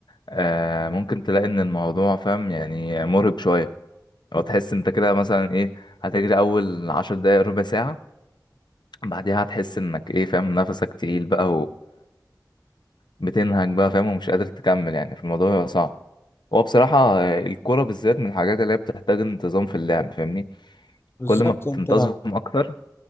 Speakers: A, on the left (about 90°); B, on the left (about 35°).
A: آه ممكن تلاقي ان الموضوع فاهم يعني مرهق شوية او تحس انت كده مثلا ايه هتجري اول عشر دقايق ربع ساعة بعدها هتحس انك ايه فاهم نفسك تقيل بقى وبتنهج بقى فاهم ومش قادر تكمل يعني في الموضوع صعب هو بصراحة آه، الكورة بالذات من الحاجات اللي هي بتحتاج انتظام في اللعب فاهمني
B: بالظبط
A: كل ما بتنتظم
B: انت لو
A: أكتر